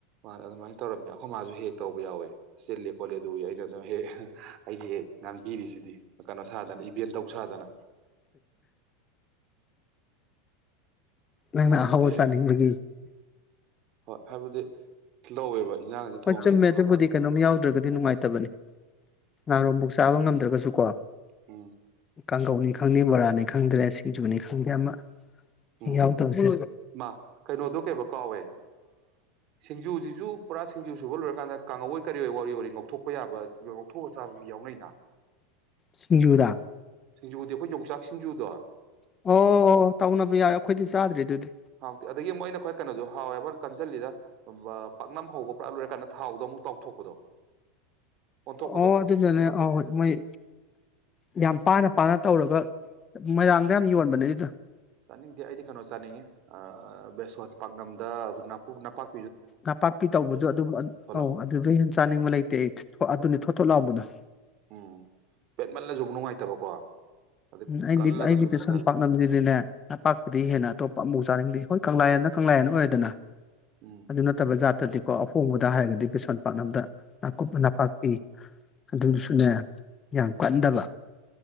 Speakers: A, on the right; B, on the left.
A: ꯑꯗꯨꯃꯥꯏ ꯇꯧꯔꯝꯃꯦ ꯑꯩꯈꯣꯏ ꯃꯥꯁꯨ ꯍꯦꯛ ꯇꯧꯕ ꯌꯥꯎꯋꯦ ꯆꯤꯞ ꯈꯣꯠꯂꯦ ꯑꯗꯨꯒꯤ ꯑꯩꯅ ꯑꯗꯨꯝ ꯍꯦꯛ ꯑꯩꯅ ꯍꯦꯛ ꯉꯥꯡꯕꯤꯔꯤꯁꯤꯗꯤ ꯀꯩꯅꯣ ꯁꯥꯗꯅ ꯏꯚꯦꯟ ꯇꯧ ꯁꯥꯗꯅ
B: ꯅꯪꯅ
A: ꯈꯪꯗꯦ
B: ꯍꯋꯥ ꯆꯥꯅꯤꯡꯕꯒ
A: ꯍꯣꯏ ꯍꯥꯏꯕꯗꯤ ꯂꯧꯋꯦꯕ ꯏꯟꯖꯥꯡꯖꯦ
B: ꯄ
A: ꯊꯣꯡꯉꯦꯅ
B: ꯆ ꯃꯃꯦ
A: ꯊꯣꯡꯉꯝꯃꯒ
B: ꯑꯗꯨꯕꯨꯗꯤ ꯀꯩꯅꯣ ꯌꯥꯎꯗ꯭ꯔꯒ ꯅꯨꯡꯉꯥꯏ ꯇꯕꯅꯤ ꯅꯍꯥꯔꯣꯝꯃꯨꯛ ꯆꯥꯕ ꯉꯝꯗ꯭ꯔꯒꯁꯨ ꯆꯀꯣ
A: ꯑ
B: ꯀꯥꯡꯒꯧꯅꯤ ꯈꯪꯗꯦ ꯕꯣꯔꯥꯅꯤ ꯈꯪꯗ꯭ꯔꯦ ꯁꯤꯡꯖꯨꯅꯤ ꯈꯪꯗꯦ ꯑꯃ ꯍꯦꯛ
A: ꯎꯝ
B: ꯌꯥꯎꯗꯕꯁꯦ
A: ꯃꯥ ꯀꯩꯅꯣꯗꯣ ꯀꯩꯕ ꯀꯥꯎꯋꯦ ꯁꯤꯡꯖꯨꯁꯤꯁꯨ ꯄꯨꯔꯥ ꯁꯤꯡꯖ ꯁꯨꯕ ꯂꯣꯏꯔꯀꯥꯟꯗ ꯀꯥꯡꯉꯋꯣꯏ ꯀꯔꯤ ꯑꯣꯏ ꯋꯥꯔꯤ ꯋꯥ ꯉꯧꯊꯣꯛꯄ ꯌꯥꯕ ꯉꯧꯊꯣꯛꯑ ꯆꯥꯕꯁꯨ ꯌꯥꯎꯅꯩꯅ
B: ꯁꯤꯟꯖꯨꯗ
A: ꯁꯤꯡꯖꯨꯗꯤ ꯑꯩꯈꯣꯏ ꯌꯣꯡꯆꯥꯛ ꯁꯤꯡꯖꯨꯗꯣ
B: ꯑꯣ ꯇꯥꯎꯅꯕꯤ ꯑꯣ ꯑꯩꯈꯣꯏꯗꯤ ꯆꯥꯗ꯭ꯔꯤ ꯑꯗꯨꯗꯤ
A: ꯍꯥꯎꯇꯦ ꯑꯗꯒꯤ ꯃꯣꯏꯅ ꯈ꯭ꯋꯥ ꯀꯩꯅꯣꯁꯨ ꯍꯥꯎꯋ ꯀꯟꯖꯜ ꯂꯤꯗ ꯄꯥꯛꯅꯝ ꯍꯧꯕ ꯄꯨꯔꯥ ꯂꯣꯏꯔꯀꯥꯟꯗ ꯊꯥꯎꯗꯣ ꯑꯃꯨꯛ ꯇꯥꯎꯊꯣꯛꯄꯗꯣ ꯑꯣꯟꯊꯣꯛꯄꯗꯣ
B: ꯑꯣ ꯑꯗꯨꯗꯨꯅꯦ
A: ꯐꯠꯇ꯭ꯔꯥ
B: ꯑꯧ
A: ꯐꯠꯇ꯭ꯔ
B: ꯃꯣꯏ ꯌꯥꯝ ꯄꯥꯅ ꯄꯥꯅ ꯇꯧꯔꯒ ꯃꯣꯏꯔꯥꯡꯗ ꯌꯥꯝ ꯌꯣꯟꯕꯅꯦ ꯑꯗꯨꯗ
A: ꯆꯥꯅꯤꯡꯗꯦ ꯑꯩꯗꯤ ꯀꯩꯅꯣ ꯆꯥꯅꯤꯡꯉꯦ ꯕꯦꯁꯣꯟ ꯄꯥꯛꯅꯝꯗ ꯑꯩꯈꯣꯏꯄꯥꯛ
B: ꯅꯄꯥꯛꯄꯤ ꯇꯧꯕꯗ ꯑꯗꯨꯝ
A: ꯊꯣꯂꯞ
B: ꯑꯧ ꯑꯗꯨꯗ ꯍꯦꯟ ꯆꯥꯅꯤꯡꯕ ꯂꯩꯇꯦ ꯑꯩ ꯑꯗꯨꯅꯤ ꯊꯣꯛꯂꯥꯛꯕꯗ
A: ꯎꯝ ꯄꯦꯠꯃꯜꯂꯁꯨ ꯑꯃ ꯅꯨꯡꯉꯥꯏꯇꯕꯀꯣ ꯑꯗꯩ
B: ꯎꯝ ꯑꯩꯗꯤ
A: ꯀꯜꯂꯒꯁꯨꯅꯦ
B: ꯑꯩꯗꯤ ꯄꯩꯁꯥ
A: ꯇꯜꯂꯦ
B: ꯄꯥꯛꯅꯕꯗꯨꯗꯤꯅꯦ ꯅꯄꯥꯛꯄꯗꯤ ꯍꯦꯟꯅ ꯑꯇꯣꯞꯄ ꯑꯃꯐꯥꯎ ꯆꯥꯅꯤꯡꯗꯦ ꯍꯣꯏ ꯀꯪꯂꯥ ꯍꯟꯅ ꯀꯪꯂꯥ ꯍꯅ ꯑꯣꯏꯗꯅ
A: ꯎꯝ
B: ꯑꯗꯨ ꯅꯠꯇꯕꯖ ꯇꯗꯤꯀꯣ ꯑꯍꯣꯡꯕꯗ ꯍꯥꯏꯔꯒꯗꯤ ꯁꯣꯟ ꯄꯥꯛꯅꯗꯀꯨꯞꯅ ꯅꯄꯥꯛꯄꯤ ꯑꯗꯨꯗꯨꯁꯨꯅꯦ ꯌꯥꯝ ꯀꯟꯗꯕ